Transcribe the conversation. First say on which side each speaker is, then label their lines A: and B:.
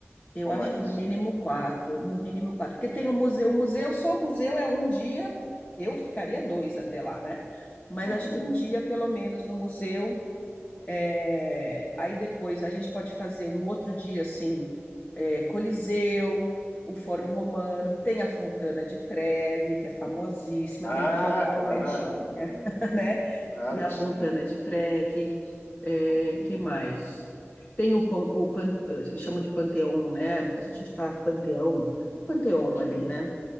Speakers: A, on the left; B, on the left.
A: eu
B: ou
A: acho
B: mais?
A: que no mínimo quatro, no mínimo quatro, porque tem o museu, o museu, só o museu é um dia, eu ficaria dois até lá, né? Mas
B: Uhum.
A: acho que um dia, pelo menos, no museu, É, aí depois a gente pode fazer um outro dia assim, é, Coliseu, o Fórum Romano, tem a Fontana de Trevi, que é famosíssima,
B: Ah,
A: tem que jogar
B: claro,
A: a moedinha,
B: claro,
A: <laughs> né?
B: claro
A: Na
B: que
A: Fontana
B: sim.
A: de Trevi. É,
B: Ok,
A: que mais? Tem o, pan- o pan- chamam de Panteão, né? A gente acha que fala Panteão, Panteão
B: ok.
A: ali, né?